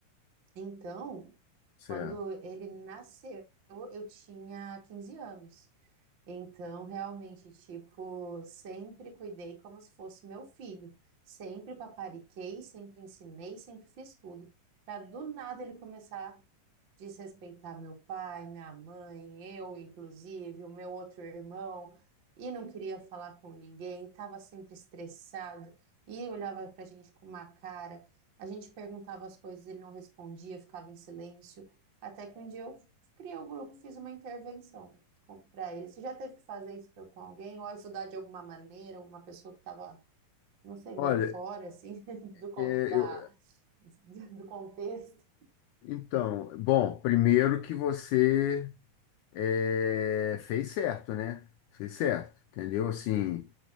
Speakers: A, on the right; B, on the left.
A: Então,
B: certo.
A: quando ele nasceu, eu tinha 15 anos. Então, realmente, tipo, sempre cuidei como se fosse meu filho. Sempre papariquei, sempre ensinei, sempre fiz tudo. Para do nada ele começar a desrespeitar meu pai, minha mãe, eu, inclusive, o meu outro irmão, e não queria falar com ninguém, estava sempre estressado e olhava para a gente com uma cara. A gente perguntava as coisas, ele não respondia, ficava em silêncio. Até que um dia eu criei o grupo, fiz uma intervenção comprar ele. Você já teve que fazer isso pra- com alguém ou ajudar de alguma maneira uma pessoa que estava, não sei,
B: Olha,
A: meio fora assim <laughs> do con-
B: é,
A: da
B: eu,
A: do contexto?
B: então, bom, primeiro que você é, fez certo, né? Fez certo, entendeu? Assim,